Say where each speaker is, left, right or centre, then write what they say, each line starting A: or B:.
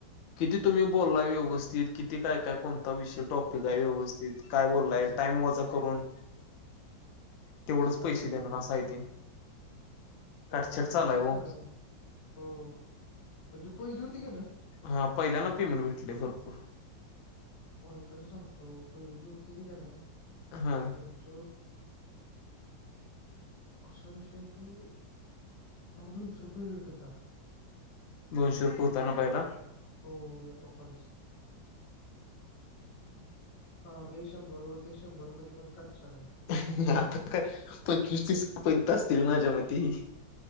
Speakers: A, on the left; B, on the left.
A: किती तुम्ही बोललाय व्यवस्थित किती काय काय कोणता विषय ठेवून टॉपिक
B: आ
A: आहे व्यवस्थित, काय
B: टॉपिक
A: बोललाय
B: आहे
A: टाईम
B: हा
A: वजा करून तेवढंच
B: असं करायला
A: पैसे
B: लागले
A: देणार
B: आता
A: असाय ते. काटछाट
B: हो, आता
A: चालाय
B: असंच
A: हो
B: करायला लागलं. हो पण जे पहिली होती का नाय
A: हां, पहिल्यांदा पेमेंट भेटले भरपूर.
B: ऐका की सांगतो पहिले जी होतीत का नाय
A: हां
B: त्यांच असा विषय आहे की तवा दोनशे रुपये रेट होता.
A: दोनशे
B: नवीन
A: रुपये
B: नवीन
A: होता
B: आलय
A: ना पहिला
B: एक, हो एका कॉलचं. आता आलय शंभर वर, त्या शंभर मध्ये पण काटछाट आहे
A: आता तर काय पंचवीस तीसपर्यंत असतील माझ्या मती.